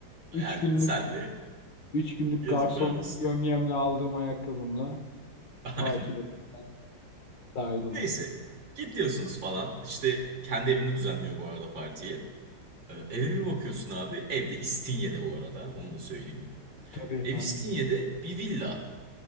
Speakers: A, on the left (about 70°); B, on the right (about 75°).
A: Üç
B: Yani
A: günlük
B: senle
A: üç günlük
B: yazıklar
A: garson
B: olsun.
A: yömyemle aldığım ayakkabımla
B: <laughs> Aynen.
A: parti ortamına dahil olurum.
B: Neyse gidiyorsunuz falan. İşte kendi evinde düzenliyor bu arada partiyi. Ee, eve bir bakıyorsun abi. Evde İstinye'de bu arada onu da söyleyeyim.
A: Tabii efendim.
B: Ev İstinye'de bir villa.